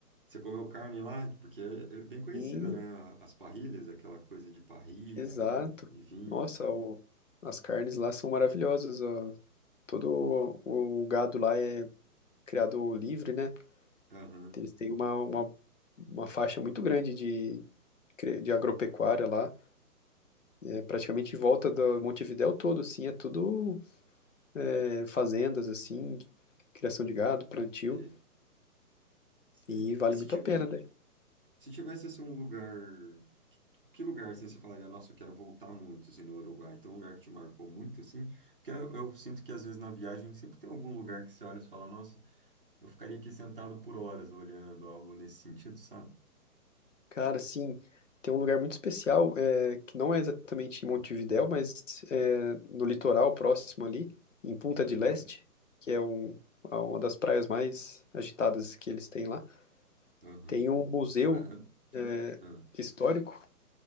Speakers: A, on the right; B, on the left.
A: você comeu carne lá? Porque é bem conhecida,
B: Bem,
A: né? a- As parrilhas, aquela coisa de parrilha
B: exato.
A: e vinho.
B: Nossa, o- as carnes lá são maravilhosas. ó. Todo o, o gado lá é criado livre, né?
A: Aham,
B: Eles têm uma, uma, uma faixa muito grande de, cre- de agropecuária lá. É praticamente em volta do Montevidéu todo, assim, é tudo é, fazendas, assim, criação de gado, plantio.
A: sei, sei.
B: E vale
A: E se,
B: muito
A: ti-
B: a pena, né?
A: se tivesse assim, um lugar. Que lugar, assim, você falaria, nossa, eu quero voltar muito, assim, no Uruguai? Tem um lugar que te marcou muito, assim? Porque eu, eu sinto que, às vezes, na viagem, sempre tem algum lugar que você olha e fala, nossa, eu ficaria aqui sentado por horas olhando, algo nesse sentido, sabe?
B: Cara, sim, tem um lugar muito especial, é, que não é exatamente em Montevidéu, mas é, no litoral próximo ali, em Punta
A: Uhum,
B: del Este, que é um, a- uma das praias mais agitadas que eles têm lá.
A: uhum.
B: Tem um museu
A: Para...
B: é,
A: Ah,
B: histórico